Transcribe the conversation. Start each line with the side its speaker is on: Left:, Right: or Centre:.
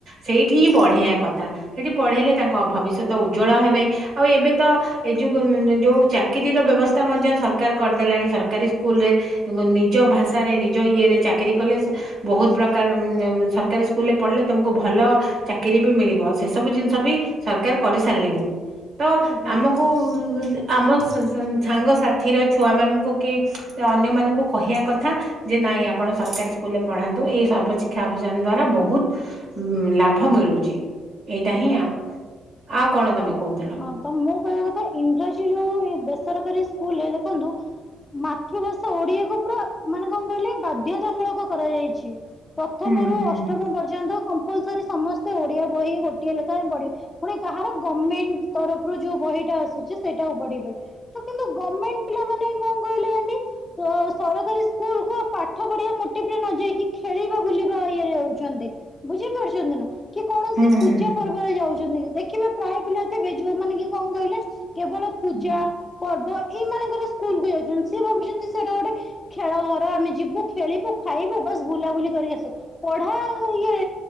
Right: ସେଇଠି ହିଁ ପଢେଇବା କଥା, ସେଠି ପଢେଇଲେ, ତାଙ୍କ ଭବିଷ୍ୟତ ଉଜ୍ଜଳ ହେବେ, ଆଉ ଏବେ ତ ଏ ଯୋଉ, ଯୋଉ ଚାକିରିର ବ୍ୟବସ୍ଥା ମଧ୍ୟ ସରକାର କରିଦେଲାଣି ସରକାରୀ ସ୍କୁଲ ରେ। ନିଜ ଭାଷାରେ, ନିଜ ଇଏରେ ଚାକିରି କଲେ ବହୁତ ପ୍ରକାର, ସରକାରୀ ସ୍କୁଲରେ ପଢିଲେ, ତମକୁ ଭଲ ଚାକିରୀ ବି ମିଳିବ, ସେ ସବୁ ଜିନିଷ ବି ସରକାର କରି ସାରିଲେଣି, ତ
Left: ଆଜ୍ଞା
Right: ଆମ କୁ, ଆମ ସାଙ୍ଗସାଥିର ଛୁଆମାନଙ୍କୁ କି ଅନ୍ୟମାନଙ୍କୁ କହିବା କଥା ଥା, ଯେ ନାଇଁ ଆପଣ ସରକାରୀ ସ୍କୁଲରେ ପଢାନ୍ତୁ, ଏଇ ସର୍ବଶିକ୍ଷା ଅଭିଯାନ ଦ୍ଵାରା ବହୁତ ଲାଭ ମିଳୁଚି, ଏଇଟା
Left: ଆଜ୍ଞା
Right: ହିଁ, ଆଉ ଆଉ କଣ
Left: ତ
Right: ତମେ କହୁଥିଲ?
Left: ହଁ ତ ମୁଁ କହିବା କଥା, ଇଂରାଜୀ ଯୋଉ ବେସରକାରୀ ସ୍କୁଲରେ ଦେଖନ୍ତୁ ମାତୃଭାଷା ଓଡିଆକୁ ପୁରା ମାନେ କଣ କହିଲେ ବାଧ୍ୟତାମୂଳକ କରାଯାଇଛି। ପ୍ରଥମ
Right: ହୁଁ
Left: ରୁ
Right: ହୁଁ
Left: ଅଷ୍ଟମ ପର୍ଯ୍ୟନ୍ତ କମ୍ପଲ୍ ସରି ସମସ୍ତେ ଓଡିଆ ବହି ଗୋ ଟିଏ ଲେଖାଏ ପଢିବେ, କାହାର ଗମେଣ୍ଟ ତରଫରୁ ଯୋଉ ବହିଟା ଆସୁଛି ସେଇଟାକୁ ପଢିବେ। ସେ କିନ୍ତୁ ଗମେଣ୍ଟ
Right: <inaudible>
Left: ପିଲାମାନେ କଣ କହିଲେ ଆଁଟୀ। ସ ସରକାରୀ ସ୍କୁଲକୁ ପାଠ ପଢିବା ମୋଟିଭରେ ନ ଯାଇକି ଖେଳିବା ବୁଲିବା ଇଏ ରେ ଯାଉଚନ୍ତି। ବୁଝି ପାରୁଛନ୍ତି ନା କି କୌଣସି
Right: ହୁଁ ହୁଁ
Left: ପର୍ବ ରେ ଯାଉଛନ୍ତି, ଦେଖିବେ ପ୍ରାୟ ପିଲା ଥିବେ ଯୋଉମାନେ କି କଣ କହିଲେ କେବଳ ପୂଜା
Right: ହୁଁ।
Left: ପର୍ବ ଏଇ ମାନଙ୍କରେ ସ୍କୁଲ କୁ ଯାଉଛନ୍ତି ସେ ଭାବୁଛନ୍ତି ସେଇଟା ଗୋଟେ ଖେଳ ଘର, ଆମେ ଯିବୁ ଖେଳିବୁ ଖାଇବୁ ବସ ବୁଲାବୁଲି କରି ଆସୁ। ପଢା ଆଉ ଇଏ